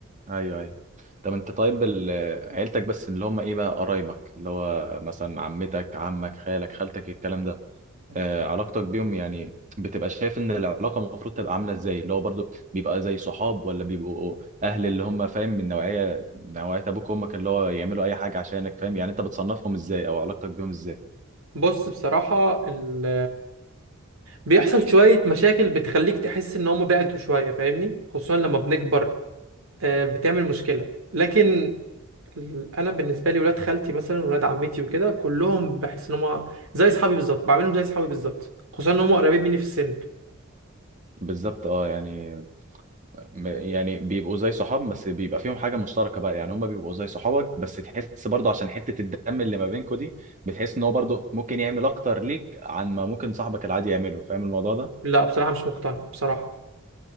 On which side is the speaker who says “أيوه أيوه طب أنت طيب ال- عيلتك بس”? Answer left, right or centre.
Right